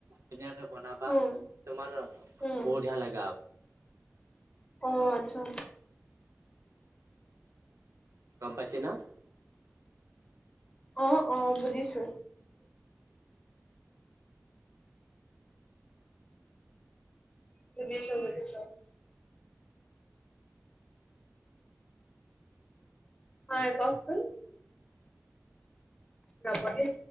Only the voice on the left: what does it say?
উম।
উম।
অ', আচ্ছা।
অ', অ', বুজিছোঁ। বুজিছোঁ, বুজিছোঁ। হয়, কওকচোন। ৰ'ব দেই